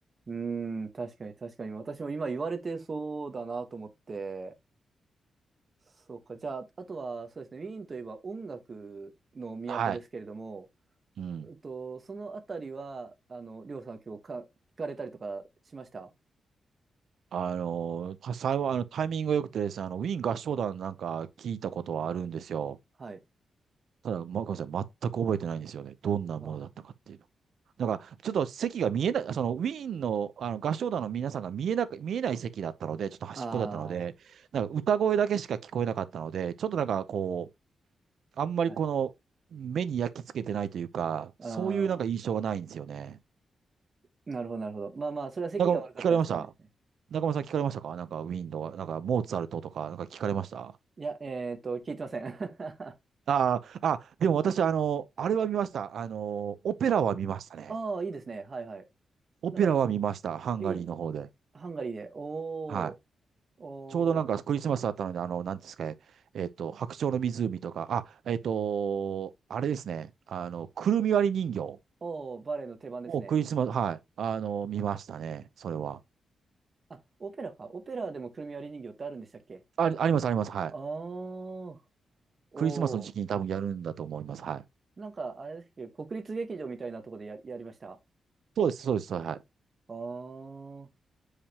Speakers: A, on the right; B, on the right.
A: うーん、確かに確かに。私も今言われてそうだなと思って。そうか。じゃあ、あとは、そうですね。ウィーンといえば音楽の都ですけれども、
B: はい。うん。
A: うんと、そのあたりは、あの、りょうさん今日か、聞かれたりとかしました
B: あの、幸い、あの、タイミングが良くてですね、あの、ウィーン合唱団なんか聞いたことはあるんですよ。
A: はい。
B: ただ、ま、ごめんなさい。全く覚えてないんですよね。どんなものだったかっていうの。
A: あ
B: だから、ちょっと席が見えない、そのウィーンの、あの合唱団の皆さんが見えなく、見えない席だったので、ちょっと端っこだったので、
A: あ
B: なんか歌声だけしか聞こえなかったので、ちょっとなんかこう、あんまりこの目に焼き付けてないというか、
A: ー、はい。あー
B: そういうなんか印象がないんですよね。
A: なるほど、なるほど。まあまあ、それは席が悪かったらしょうがないですね。
B: なんか聞かれました中村さん聞かれましたかなんかウィーンとか、なんかモーツァルトとか、なんか聞かれました
A: あ、いや、えっと、聞いてません。<laughs> あ
B: あー、あ、でも私、あの、あれは見ました。あの、オペラは見ましたね。
A: あ、いいですね。はいはい。
B: オペラは見ました。
A: なんか、ウ
B: ハンガリーの方で。
A: ィーン、ハンガリーで、おー、
B: はい。
A: おー、
B: ちょうどなんかクリスマスだったので、あの、なんですかね、えっと、白鳥の湖とか、あ、えっと、あれですね、あの、くるみ割り人形
A: おー、バレエの定番ですね。
B: をクリスマス、はい、あの、見ましたね、それは。
A: あ、オペラか。オペラでもくるみ割り人形ってあるんでしたっけ
B: あ、あります、あります、はい。
A: あー、おー。
B: クリスマスの時期に多分やるんだと思います、はい。
A: なんか、あれですけど、国立劇場みたいなとこでや、やりました。
B: そうです、そうです、は
A: あー、